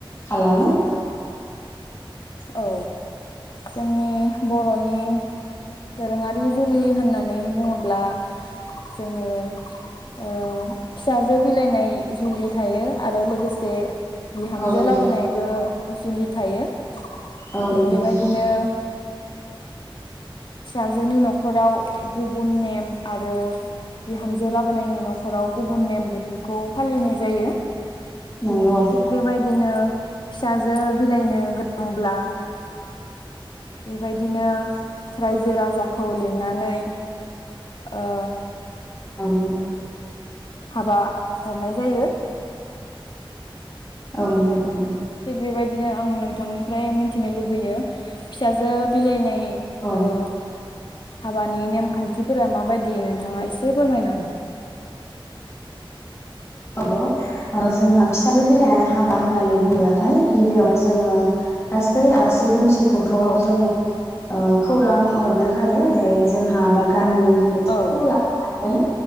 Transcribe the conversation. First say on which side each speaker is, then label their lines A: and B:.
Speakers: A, on the left; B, on the left.
A: खालामो?
B: औ जोंनि बर'नि दोरोङारि जुलि होननानै बुङोब्ला जोङो ओ फिसाजो बिलाइनाय जुलि थायो आरो लोगोसे बिहामजो
A: औ नंगौ
B: लाबोनायबो जुलि थायो। थिग
A: औ नंगौ
B: बेबायदिनो फिसाजोनि न'खराव गुबुन नेम आरो बिहामजो लाबोनायनि न'खराव गुबुन नेम बेफोरखौ फालिनाय जायो।
A: नंगौ
B: थिग बेबायदिनो फिसाजो बिलाइनो गोनांब्ला बेबायदिनो रायजो राजाखौ लिंनानै ओ
A: नंगौ।
B: हाबा हरनाय जायो।
A: औ नंगौ नंगौ।
B: थिग बेबायदिनो आं नोंथांनिफ्राय मिथिनो लुबैयो फिसाजो बिलाइनाय
A: औ
B: ओ हाबानि नेमखान्थिफोरा माबायदि नोंथाङा एसे फोरमायना हो।
A: नंगौ ओ जोंहा फिसाजो बिलाइनाय हाबा होननानै बुंब्लाथाय गिबियावनो जोङो गासै आलास सि दोमसि खौथ'
B: औ
A: जोङो ओ खौरां हरग्रोखायो दे जों हा बा गामि <unintelligible>
B: औ
A: फाय